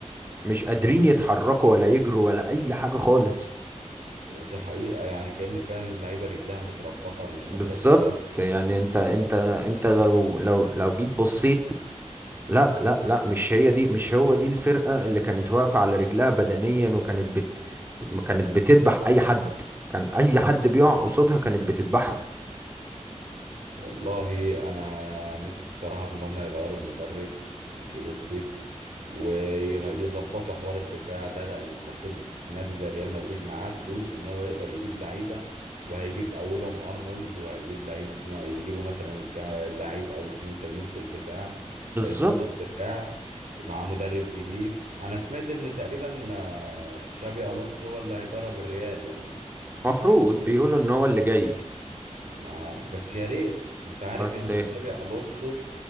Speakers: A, on the right (about 15°); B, on the right (about 80°).
A: مش قادرين
B: ما هي-
A: يتحركوا ولا يجروا ولا اي حاجه خالص
B: دي حقيقة يعني كأن فعلا اللعيبة رجلها متربطة ومش
A: بالظبط
B: قادرة تجري
A: يعني انت انت انت لو لو لو جيت بصيت لا لا لا مش هي دي مش هو دي الفرقة اللي كانت واقفة على رجلها بدنيا وكانت بت كانت بتذبح أي حد كان أي حد بيقع قصادها كانت بتذبحه
B: والله انا نفسي بصراحه ان هم يغيروا المدرب انشيلوتي ويظبطوا حوار الدفاع ده لان المفروض نادي زي ريال مدريد معاه فلوس ان هو يقدر يجيب لعيبه وهيجيب اولهم ارنولد وهيجيب لعيب يجيبوا مثلا كا- لعيب او اتنين تانيين في الدفاع
A: بالظبط
B: هيظبطوا الدفاع مع مدرب جديد انا سمعت ان تقريبا آه، تشابي الونسو هو اللي هيدرب الريال يعني
A: مفروض بيقولوا ان هو اللي جاي
B: ما بس يا ريت انت عارف
A: بس
B: ان تشابي الونسو